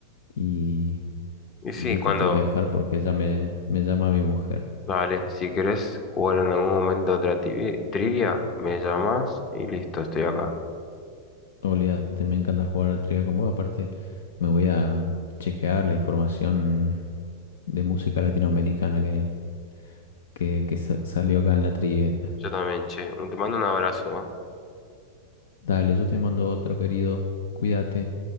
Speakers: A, on the left; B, on the left.
A: y,
B: Y sí,
A: y yo
B: cuando...
A: te tengo que dejar porque ya me, me llama mi mujer.
B: Vale, si querés jugar en algún momento otra tivi- trivia, me llamas y listo, estoy acá.
A: Olvídate, me encanta jugar a la trivia con vos. Aparte, me voy a chequear la información de música latinoamericana que, que, que sa- salió acá en la trivia.
B: Yo también, che. Te mando un abrazo. ¿eh?
A: Dale, yo te mando otro, querido. Cuídate.